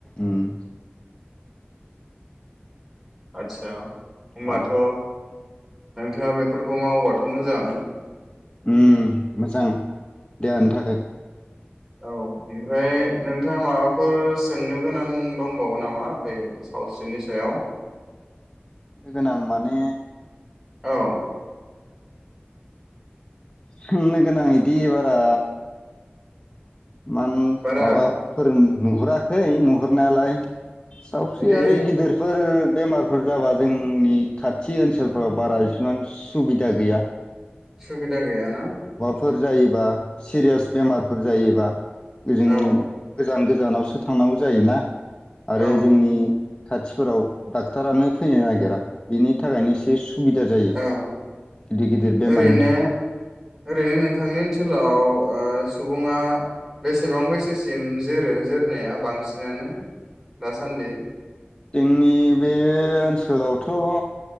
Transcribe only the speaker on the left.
उम
अ
ओम मोजां देहानि थाखाय
गोनां माने
सोंनो गोनां इदि बारा मान
माबा फोरों नुहुराखै नुहुरनायालाय सावस्रि
आरो गिदिरफोर बेमारफोर जाबा जोंनि खाथि ओन्सोलफोराव बारा इसिमान सुबिदा गैया।
फोर जायोबा सिरियास बेमारफोर जायोबा। जों
गोजान गोजानाव सो थांनांगौ जायोना। आरो
जोंनि खाथिफोराव डाक्टारानो फैनो नागिरा बिनि थाखायनो एसे सुबिदा जायो
गिदिर गिदिर बेमारनि
थाखाय
जोंनि बे ओन्सोलावथ'